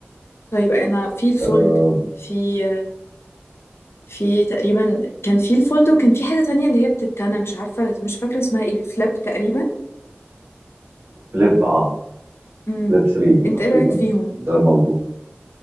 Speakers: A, on the left; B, on the right.
A: طيب انا في الفولد
B: آه،
A: في في تقريبا كان في الفولد وكان في حاجة تانية اللي هي بتتنى مش عارفة مش فاكرة اسمها ايه فلاب تقريبا
B: فليب اه
A: امم
B: فليب 3 تقريبا
A: انت ايه رأيك فيهم
B: ده موجود